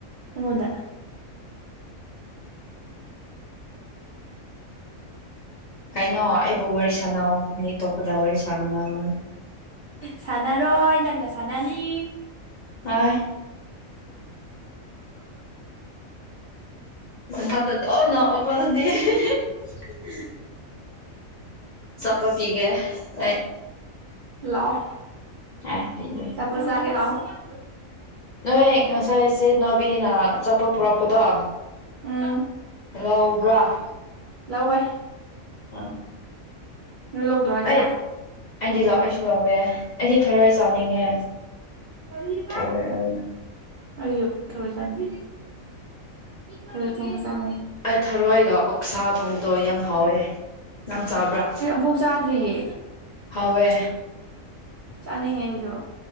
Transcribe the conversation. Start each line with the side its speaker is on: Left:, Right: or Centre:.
Right: ꯃꯗ
Left: ꯀꯩꯅꯣ ꯑꯩꯕꯨ ꯋꯥꯔꯤ ꯁꯥꯟꯅꯑꯣ ꯃꯤ ꯑꯇꯣꯞꯄꯗ ꯋꯥꯔꯤ ꯁꯥꯥꯟꯅꯅꯒꯅ
Right: ꯁꯥꯟ ꯅꯥꯔꯣꯏ ꯅꯪꯒ ꯁꯟ ꯅꯥꯅꯤ
Left: ꯑ ꯊꯥꯟꯗ ꯇꯝ ꯅ ꯀꯅꯗꯤ <inaudible> ꯆꯄꯇꯒ ꯑ
Right: ꯂꯑꯣ
Left: ꯑ ꯊꯦ <inaudible>
Right: ꯇꯄꯣꯁꯥꯒꯦ ꯂꯑꯣ <inaudible> <inaudible>
Left: ꯅꯣꯏ ꯉꯁꯥꯏꯁꯦ ꯅꯅꯥꯕꯤꯅ ꯆꯠꯄ ꯄꯨꯔꯛꯄꯗꯣ
Right: ꯎꯝ
Left: ꯍꯜꯂꯣ ꯑꯣꯕ꯭ꯔꯥ <inaudible>
Right: ꯂꯧꯋꯦ <inaudible>
Left: ꯑꯥ <inaudible>
Right: ꯅꯣꯏ ꯂꯧꯗ꯭ꯔꯣ ꯑꯩꯁꯦ
Left: ꯑꯩ ꯑꯩꯗꯤ ꯂꯥꯛꯑꯣ ꯑꯩꯁꯨ ꯂꯥꯛꯋꯦ ꯑꯩꯗꯤ ꯊꯔꯣꯏ ꯆꯥꯅꯤꯡꯉꯦ
Right: ꯀꯔꯤꯕ
Left: ꯊꯔꯣꯏ ꯑꯣꯏꯅ
Right: ꯑꯩꯁꯨ ꯊꯔꯣꯏ ꯆꯥꯅꯤꯡꯉꯤ ꯈꯔ ꯊꯣꯡꯕ ꯆꯥꯅꯤꯡ
Left: ꯑꯩ ꯊꯔꯣꯏꯒ ꯑꯣꯛꯁꯥ ꯊꯣꯡꯕꯗꯣ ꯌꯥꯝ ꯍꯥꯎꯋꯦ ꯅꯪ ꯆꯥꯕ꯭ꯔꯥ
Right: ꯊꯣꯛꯣꯛ ꯆꯥꯗ꯭ꯔꯤꯍꯦ
Left: ꯐꯋꯦ
Right: ꯆꯥꯅꯤꯡꯉꯦ ꯑꯩꯁꯨ